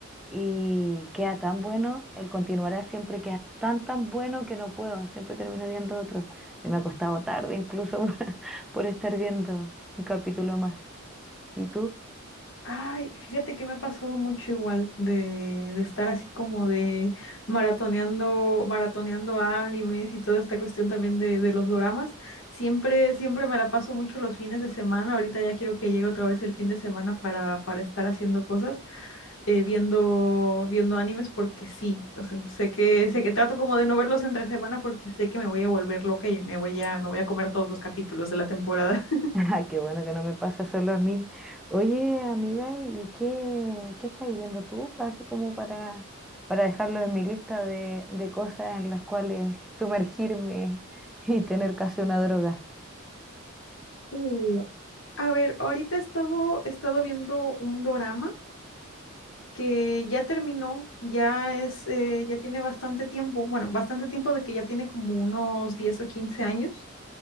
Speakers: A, in the centre; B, on the left.
A: y queda tan bueno, el continuará siempre queda tan tan bueno que no puedo, siempre termino viendo otro. Y me ha costado tarde incluso <laughs> por, por estar viendo un capítulo más. ¿Y tú?
B: Ay, fíjate que me ha pasado mucho igual de, de estar así como de maratoneando, maratoneando animes y toda esta cuestión también de, de los doramas. Siempre, siempre me la paso mucho los fines de semana. Ahorita ya quiero que llegue otra vez el fin de semana para, para estar haciendo cosas, eh, viendo, viendo animes porque sí. O sea, sé que, sé que trato como de no verlos entre semana porque sé que me voy a volver loca y me voy a, me voy a comer todos los capítulos de la temporada.
A: <laughs> Ay, qué bueno que no me pasa solo a mí. Oye, amiga, ¿y qué, qué estás viendo tú? Así como para, para dejarlo en mi lista de, de cosas en las cuales sumergirme y tener casi una droga.
B: Uh, a ver, ahorita he estado, he estado viendo un dorama que ya terminó, ya es, eh, ya tiene bastante tiempo, bueno, bastante tiempo de que ya tiene como unos 10 o 15 años,